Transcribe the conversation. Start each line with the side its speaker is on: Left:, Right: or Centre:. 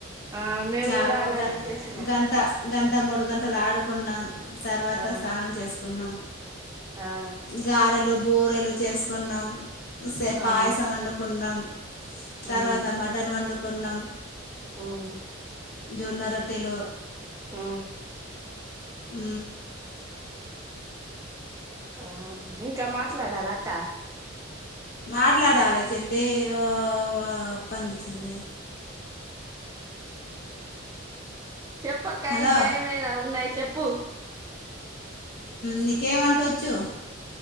Right: ఆ మేము
Left: చా
Right: కూడా అలాగే
Left: గ
Right: చేసినాం
Left: గంట గంట మూడు గంటలు ఆడుకున్నాం తర్వాత
Right: ఆ
Left: స్నానం చేసుకున్నాం
Right: ఆ
Left: గారెలు బోరెలు చేసుకున్నాం సే
Right: ఆ
Left: పాయసం వండుకున్నాం తర్వాత
Right: ఉమ్
Left: మటన్ వండుకున్నాం
Right: ఉమ్
Left: జోన్న రట్టెలో
Right: ఆ
Left: ఆ
Right: ఆ ఇంకా మాట్లాడాలి అక్క
Left: మాట్లాడాలి చెల్లిప్పంది చెల్లి
Right: చెప్పక్క
Left: హలో
Right: ఇంకా ఏమైనా ఉన్నాయి చెప్పు
Left: నీకేమంటవచ్చు